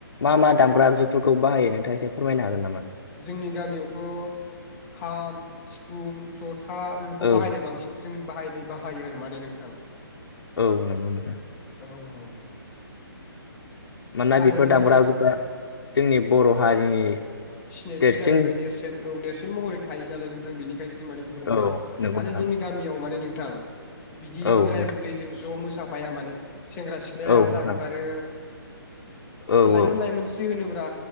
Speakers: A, on the left (about 70°); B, in the centre.
A: मा मा दामग्रा आगजुफोरखौ बाहायो नोंथाङा एसे फोरमायनो हागोन नामा
B: जोंनि गामियावथ' खाम सिफुं जथ था बेफोरखौ
A: औ
B: बाहायनाय बांसिन जों बाहायनाय बाहायो आरो माने नोंथां
A: औ नंगौ नोंथां ।
B: औ औ
A: मानोना
B: आरो
A: बेफोर दामग्रा
B: जोंनि
A: आजुफ्रा जोंनि बर' हारिनि
B: सिनायथि
A: देरसिन
B: जाहैबाय नेरसोन औ नेरसोन महरै थायो नालाय नोंथां बेनिखायनो जों माने बेफोरखौ बाहायो
A: औ नंगौ
B: आरो
A: नोंथां
B: जों जोंनि गामियाव माने नोंथां बिदि
A: औ
B: बोराय
A: नोंथां
B: बुरै जों ज' मोसाफाया माने सेंग्रा सिख्लाया
A: औ
B: आलादा
A: नोंथां
B: ओंखारो
A: औ
B: लाइमोन
A: औ
B: लाइमोनस्रि होनोब्रा